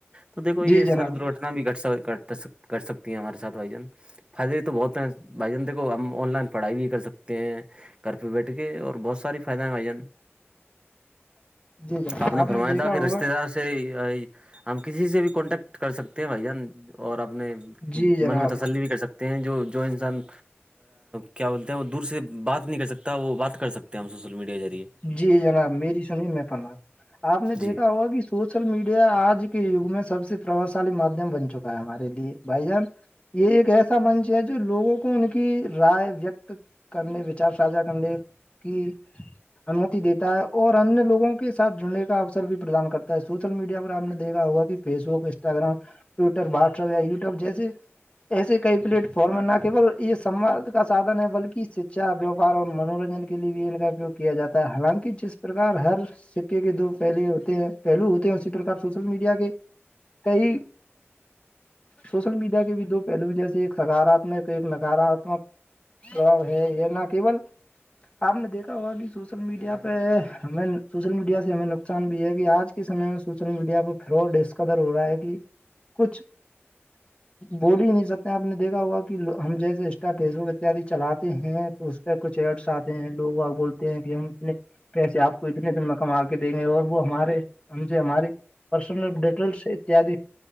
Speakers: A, on the right; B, on the left.
A: تو دیکو یہ
B: جی
A: ساری
B: جناب
A: در نا بھی کر سکتی ہیں ہمارے سھ بھائی جن فائدے تو بہت ہیں بھائی جان دیکھو ہم آن لائن پڑھائی بھی کر سکتے ہیں گھر پہ بیٹھ کے اور بہت ساری فائدہ ہے بھائی جان
B: جی جناب
A: آپ نے فرمایا
B: دیکھا
A: تھا کہ
B: ہوگا
A: رشتے دار سے ہم کسی سے بھی کانٹیکٹ کر سکتے ہیں بھائی جان اور اپنے
B: جی جناب
A: من میں تسلی بھی کر سکتے ہیں جو جو انسان کیا بولتے ہیں وہ دور سے بات نہیں کر سکتا وہ بات کر سک ہیں ہم سوشل میڈیا کے ذریعے
B: جی جناب میری سنی میں پرماد آپ نے دیکھا
A: جی
B: ہوا کہ سوشل میڈیا آج کے یگ میں سب سے پرباؤ شالی مادھیم بن چکا ہے ہمارے لیے بھائی جان یہ ایک ایسا منچ ہے جو لوگوں کو ان کی رائے وکت کرنے وچار ساھا کرنے کی انمتی دیتا ہے اور انیہ لووں کے سھ جڑنے کا اوسر بھی پردان کرتا ہے سوشل میڈیا پر آپ نے دیکھا ہوگا کہ Facebook Instagram Twitter WhatsApp یا یوٹیوب جیے ایسے کئی پلیٹ فارم ہے نہ کےول یہ سواد کا سادھن ہے بلکہ شکچھا ویاپار اور منورنجن کے لیے بھی ان کا اپیوگ کیا جاتا ہے حالانکہ جس پرک ہر سکے کے دو پہلے ہوتے ہیں پہلو ہوتے ہیں اسی پرک سوشل میڈیا کے کئی
A: روو
B: سوشل میڈیا کے بھی دو پہلو میں جیسے ایک سکاراتمک ایک نکاراتمک رو ہے یہ نہ کیول آپ نے دیکھا ہوا کہ سوشل میڈیا پہ ہمیں سوشل میڈیا سے ہمیں نقصان بھی ہے کہ آج کے سمے میں سوشل میڈیا پہ تھراڈ اس کادر ہو رہا ہے کہ کچھ
A: و
B: بول ہی نہیں سکتے آپ نے دیکھا ہوگا کہ ہم جیسے انسٹا فیس بک اتیاد چلاتے ہیں تو پ کچھ ایس آتے ہیں لوگگ بول کہ ہم اتنے پیسے آپ کو اتنے دن میں کم آ کے دیں گے اور وہ ہمارے ہم سے ہماری پرسنل ڈیٹیلس اتد